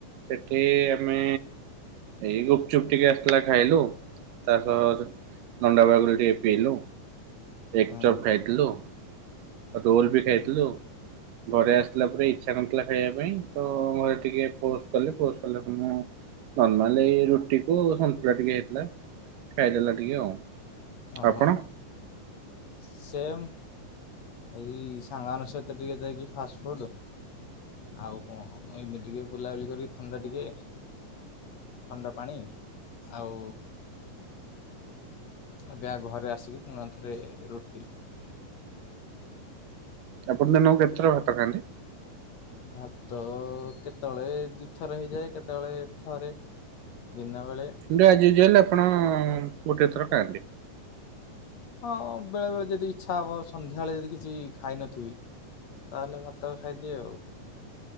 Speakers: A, on the right; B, on the left.
A: ସେଠି ଆମେ। ଏଇ ଗୁପଚୁପ ଟିକେ ଆସିଥିଲା ଖାଇଲୁ। ‌ ତା ସହ ନଣ୍ଡା ବାଇବାଗୁଲ ଟିକେ ପିଇଲୁ ଏକ୍
B: ହୁଁ
A: ଚପ୍ ଖାଇଥିଲୁ। ଆଉ <unintelligible> ବି ଖାଇଥିଲୁ। ଘରେ ଆସିଲା ପରେ ଇଚ୍ଛା ନଥିଲା ଖାଇବା ପାଇଁ ତ ଘରେ ଟିକେ ପୋଷ୍ଟ କଲେ ପୋଷ୍ଟ କଲେ ମୁଁ। ନର୍ମାଲ ଏଇ ରୁଟି କୁ ସନ୍ତୁଳା ଟିକେ ହେଇଥିଲା ଖାଇଦେଲା ଟିକେ ଆଉ।
B: ଓ
A: ଆପଣ
B: ହୋ। ସେମ୍ ଏଇ ସାଙ୍ଗମାନଙ୍କ ସହିତ ଟିକେ ଯାଇକି ଫାଷ୍ଟଫୁଡ୍। ଆଉ କଣ ଏଇନେ ଟିକେ ବୁଲାବୁଲି କରି ଥଣ୍ଡା ଟିକେ। ଥଣ୍ଡା ପାଣି ଆଉ। ଏବେ ଘରେ ଆସିକି ପୁଣି ଥରେ ରୁଟି।
A: ଆପଣ ଦିନକୁ କେତେଥର ଭାତ ଖାଆନ୍ତି।
B: ଭାତ କେତେବେଳେ ଦିଥର ହେଇଯାଏ କେତେବେଳେ ଥରେ। ଦିନବେଳେ।
A: ଥିଲେ ଆଜି ଯିଏ ହେଲେ ଆପଣ ଗୋଟିଏ ଥର ଖାଆନ୍ତି।
B: ହଁ ବେଳେ ବେଳେ ଯଦି ଇଚ୍ଛା ହବ ସନ୍ଧ୍ୟାବେଳେ ଯଦି କିଛି ଖାଇନଥିବି। ତାହେଲେ ଭାତ ଖାଇଦିଏ ଆଉ।